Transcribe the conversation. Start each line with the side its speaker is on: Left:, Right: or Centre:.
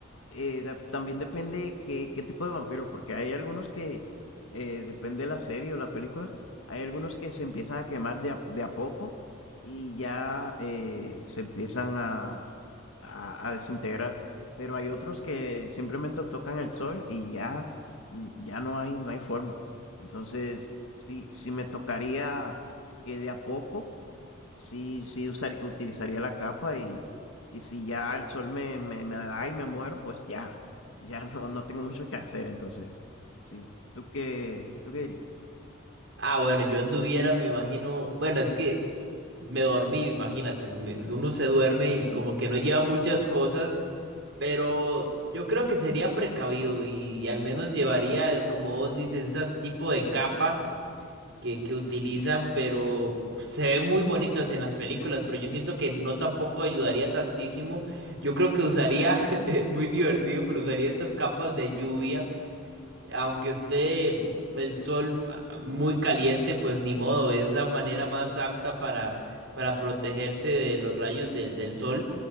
Left: eh, da- también depende qué, qué tipo de vampiros, porque hay algunos que, eh, depende de la serie o la película, hay algunos que se empiezan a quemar de a, de a poco y ya eh, se empiezan a, a, a desintegrar. Pero hay otros que simplemente tocan el sol y ya, mm, ya no hay, no hay forma. Entonces, sí, sí me tocaría que de a poco Sí, sí, usar- utilizaría la capa y, y si ya el sol me, me, me da y me muero, pues ya, ya no, no tengo mucho que hacer, entonces, sí. ¿Tú qué, tú qué dirías?
Right: Ah, bueno, yo anduviera, me imagino, bueno, es que me dormí, imagínate, me- uno se duerme y como que no lleva muchas cosas, pero yo creo que sería precavido y, al menos llevaría, como vos dices, ese tipo de capa que, que utilizan, pero se ven muy bonitas en las películas, pero yo siento que no tampoco ayudaría tantísimo. Yo creo que usaría, <laughs> muy divertido, pero usaría estas capas de lluvia, aunque esté el sol ah, muy caliente, pues ni modo, es la manera más apta para, para protegerse de los rayos del, del sol.